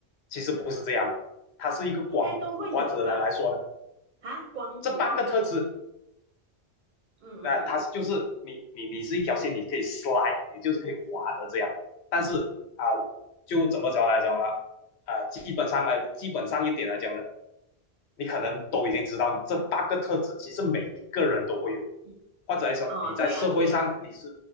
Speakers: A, on the left; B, on the right.
A: 其实不是这样，它是一个光谱或者来来说呢，
B: 应该都会有吧？啊，光谱，
A: 这八个特质
B: 嗯嗯
A: 啊、呃它就是你你你是一条线，你可以 slide，你就是可以滑的这样。但是啊、呃就怎么讲来讲呢？啊、呃基本上来，基本上一点来讲呢，你可能都已经知道，这八个特质其实每一个人都会有，
B: 嗯，
A: 或者来说你在社会上你是，
B: 哦，对呀、对呀、